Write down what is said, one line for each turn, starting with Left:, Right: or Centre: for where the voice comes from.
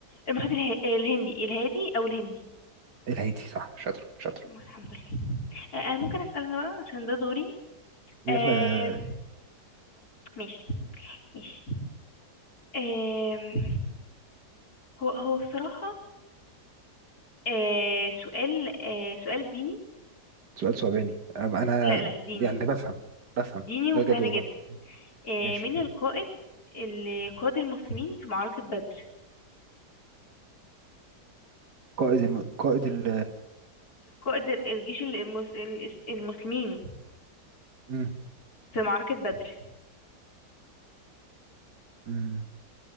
Left: المحيط اله... الهندي الهادي او الهندي
Right: الهادي صح شاطر شاطر
Left: الحمد لله آه آه، ممكن اسال انا بقى عشان ده دوري
Right: يلا
Left: آه
Right: آه،
Left: ماشي ماشي آه هو هو بصراحه آه سؤال آه سؤال ديني
Right: سؤال صعباني أم- أنا
Left: لا لا ديني
Right: يعني بفهم بفهم
Left: ديني
Right: بجد
Left: وسهل
Right: والله
Left: جدا آه،
Right: ماشي
Left: من القائد اللي قاد المسلمين في معركة بدر
Right: قائد الم... قائد ال
Left: قائد ال- الجيش ال- المس- ال- المسلمين
Right: مم.
Left: في معركة بدر
Right: مم.